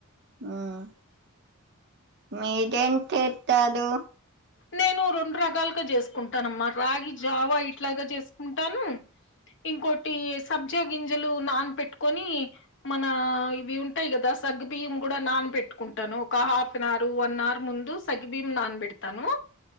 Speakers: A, on the right; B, on the left.
A: హ్మ్మ్ మీరేం తింటారు
B: నేను రెండు రకాలుగా చేసుకుంటానమ్మా రాగి జావా ఇట్లాగా చేసుకుంటాను ఇంకోటి సబ్జా గింజలు నాన్ పెట్టుకొని మన ఇవి ఉంటాయి కదా సగ్గు బియ్యం నాన పెట్టుకుంటాను ఒక half an hour one hour ముందు సగ్గుబియ్యం నాన పెట్టి తను